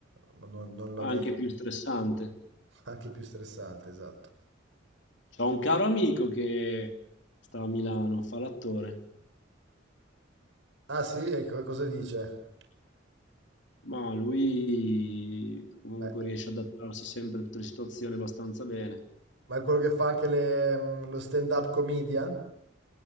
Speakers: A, on the right; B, on the left.
A: ma non- non la
B: Anche
A: metto.
B: più stressante.
A: <laughs> Anche più stressante, esatto.
B: C'ho un caro amico che sta a Milano, fa l'attore,
A: Ah sì? E co- cosa dice?
B: ma lui comunque
A: Beh,
B: riesce ad adattarsi sempre a tutte le situazioni abbastanza bene.
A: ma è quello che fa anche le- mm, lo stand-up comedian?